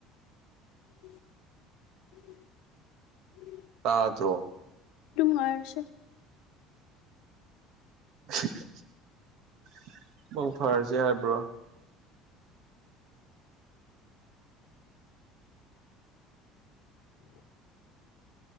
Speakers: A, on the left; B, on the right.
A: <unintelligible>
B: ꯇꯥꯗ꯭ꯔꯣ
A: ꯗꯨꯝ ꯉꯥꯏꯔꯁꯦ
B: <unintelligible> ꯃꯪ ꯐꯔꯁꯦ ꯍꯥꯏꯕ꯭ꯔꯣ
A: <unintelligible>